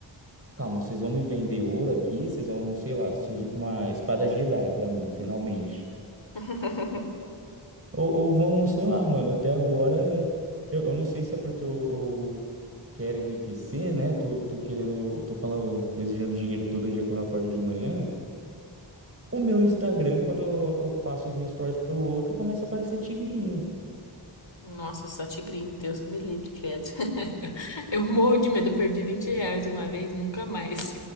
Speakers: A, on the right; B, on the left.
A: Calma, vocês vão me vender ouro aqui? Vocês vão, sei lá, surgir com uma espada Jedi pra mim, finalmente.
B: <laughs>
A: Ou, ou vão, sei lá, mano, até agora, eu, eu não sei se é porque eu, eu quero enriquecer, né? Tô, tô querendo, tô falando, desejando dinheiro todo dia quando eu acordo de manhã. O meu Instagram, quando eu, eu passo de um stories pro outro, começa a aparecer tigrinho.
B: Nossa, só tigrinho, Deus que me livre, credo. <laughs> Eu morro de medo, eu perdi 20 reais uma vez, nunca mais.